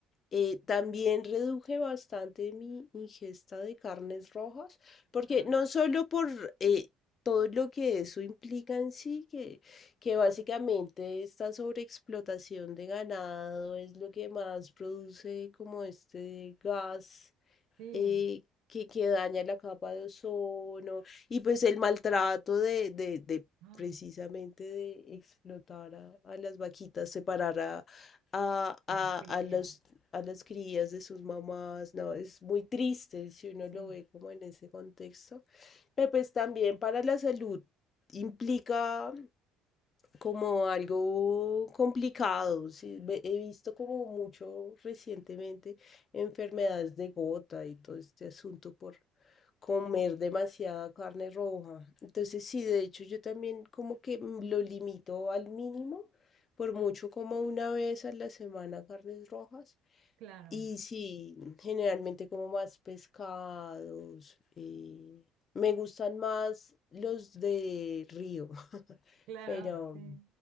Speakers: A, on the left (about 30°); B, on the right (about 70°).
A: Eh, también reduje bastante mi ingesta de carnes rojas, porque
B: Ah,
A: no solo por eh, todo lo que eso implica en sí, que, que básicamente esta sobreexplotación de ganado es lo que más produce como este gas
B: sí.
A: eh, que, que daña la capa de ozono y pues el maltrato de, de, de
B: Ay,
A: precisamente de explotar a, a las vaquitas, separar a, a,
B: a
A: a,
B: las crías,
A: a los, a las crías de sus mamás, no, es muy triste si uno
B: sí.
A: lo ve como en ese contexto, pero pues también para la salud implica como algo complicado. sí, ve- He visto como mucho recientemente enfermedades de gota y todo este asunto por comer demasiada carne roja. Entonces, sí, de hecho, yo también como que mm, lo limito al mínimo, por mucho como una vez a la semana carnes rojas.
B: Claro,
A: Y sí, generalmente como más pescados. eh, me gustan más los de río, <laughs>
B: claro,
A: pero,
B: sí.